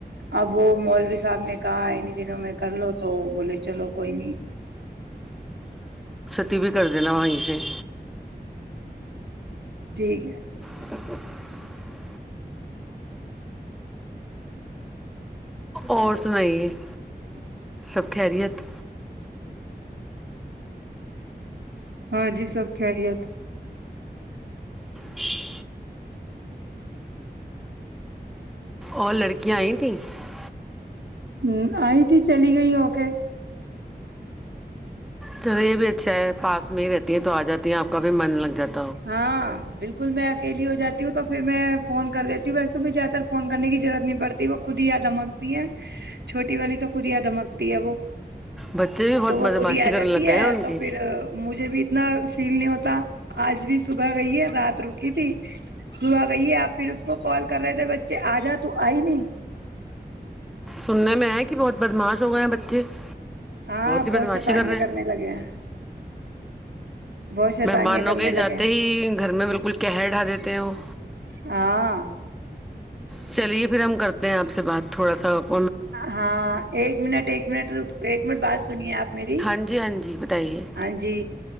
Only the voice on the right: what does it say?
اب وہ مال <unintelligible> سامنے <unintelligible> کہ ان دنوں میں کر لو تو بولے چلو کوئی نہیں <unintelligible>
ٹھیک ہے <unintelligible>
جچ <unintelligible>
ہاں جی سب خریت
ہ آئی تھی چلی گئی ہو کے
ہاں بالکل میں اکیلی ہو جاتی ہوں تو پھر میں فون کر دیتی ہوں ویسے مجھے زیاد تر فون کر کی ضرورت نہیں پڑتی وہ خود ہی یادہ مانگتی ہیں <unintelligible> چھوٹی والی تو کودیا دمکتی ہے وہ
تو وہ
خودی آ
جاتی
ہے
تو
پھر مجھے بھی اتنا فیل نہیں ہوتا تا <unintelligible> آج بھی صبح گئیے رات رکی تھی صبح گئی آپ پھر اس کو کال کر رہے تھے بچے آ جا تو آئی نہیں <unintelligible>
ہاں
بہت
شیتانیاں
کرنے لگے ہیں بہت شیطانیاں
کرنے
لگے
ہیں
ہاں
ہاں ایک منٹ ایک منٹ ر <unintelligible> ایک منٹ بس <unintelligible> سنیے آپ میری
<unintelligible>
ہاں جی